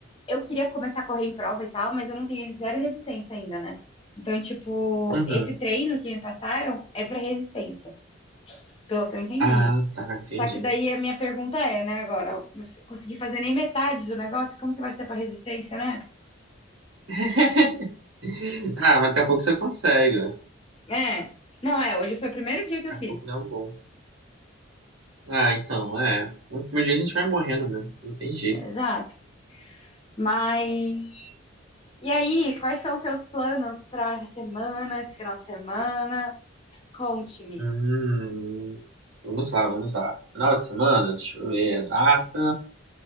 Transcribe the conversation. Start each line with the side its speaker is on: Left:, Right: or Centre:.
Left: eu queria começar a correr em prova e tal, mas eu não tenho zero resistência ainda, né? Então, tipo,
Right: Uhum.
Left: esse treino que me passaram é pra resistência. pelo que eu entendi.
Right: Ah, tá, entendi.
Left: Só que daí a minha pergunta é, né, agora, eu consegui fazer nem metade do negócio, como que vai ser pra resistência, né?
Right: <laughs> Ah, mas daqui a pouco você consegue. ó. Daqui
Left: É, não é, hoje foi o primeiro dia que eu
Right: a
Left: fiz.
Right: pouco dá um bom. Ah, então, é. No último dia a gente vai morrendo mesmo. Não tem jeito.
Left: É, Exato. Mas e aí, quais são os seus planos pra essa semana, esse final de semana? Conte-me.
Right: Hum, vamos lá, vamos lá. Final de semana, deixa eu ver a data.